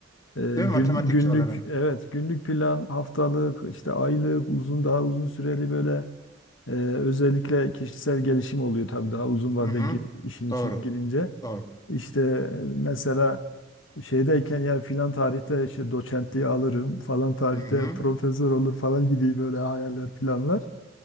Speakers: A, on the left (about 75°); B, on the left (about 20°).
A: e,
B: Değil
A: gün,
B: mi? Matematikçi
A: günlük
B: olarak.
A: evet günlük plan haftalık işte aylık uzun daha uzun süreli böyle Ee, özellikle kişisel gelişim oluyor tabii daha uzun vadede
B: Hı hı.
A: gi- işin
B: Doğru.
A: içine girince.
B: Doğru.
A: İşte e, mesela şeydeyken ya filan tarihte işte doçentliği alırım falan tarihte
B: Hı hı.
A: profesör olur falan gibi böyle hayaller planlar.